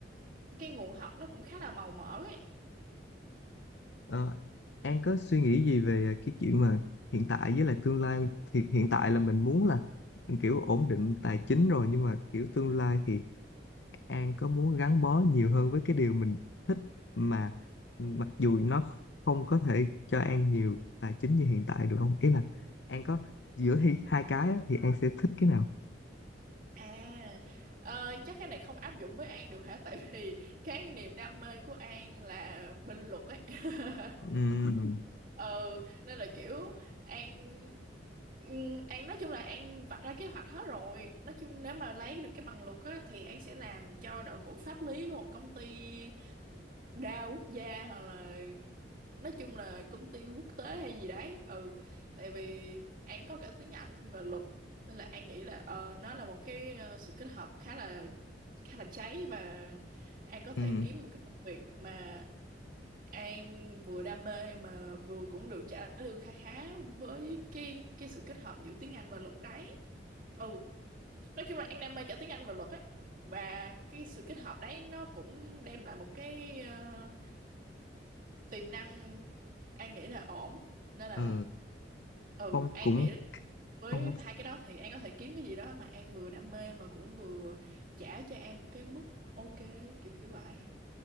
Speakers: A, on the right (about 50°); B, on the left (about 75°).
A: cái nguồn học nó cũng khá là màu mỡ ấy.
B: ừ. An có suy nghĩ gì về à, cái chuyện mà hiện tại với lại tương lai thì hiện tại là mình muốn là kiểu ổn định tài chính rồi nhưng mà kiểu tương lai thì An có muốn gắn bó nhiều hơn với cái điều mình thích mà mặc dù nó không có thể cho An nhiều tài chính như hiện tại được không? Ý là An có giữa hi- hai cái á, thì An sẽ thích cái nào?
A: À, ờ, chắc cái này không áp dụng với An được hả? <laughs> Tại vì cái niềm đam mê của An là bên luật ấy. <laughs>
B: Ừm,
A: ừ, nên là kiểu An ừm, An nói chung là An vạch ra kế hoạch hết rồi. Nói chung nếu mà lấy được cái bằng luật á thì An sẽ làm cho đội ngũ pháp lý của một công ty đa quốc gia hoặc là nói chung là công ty quốc tế hay gì đấy ừ tại vì An có cả tiếng Anh và luật nên là An nghĩ là ờ nó là một cái ờ, sự kết hợp khá là khá là cháy và An có thể
B: ừm,
A: kiếm một cái công việc mà An vừa đam mê mà vừa cũng được trả lương khá khá với cái cái sự kết hợp giữa tiếng Anh và luật đấy ừ nói chung là An đam mê cả tiếng Anh và luật ấy và cái sự kết hợp đấy nó cũng đem lại một cái ờ, tiềm năng An nghĩ là ổn nên là
B: ờ,
A: ừ
B: Phong
A: An
B: cũng
A: nghĩ là với
B: Phong
A: hai cái đó thì An có thể kiếm cái gì đó mà An vừa đam mê mà cũng vừa trả cho An một cái mức ok kiểu kiểu vậy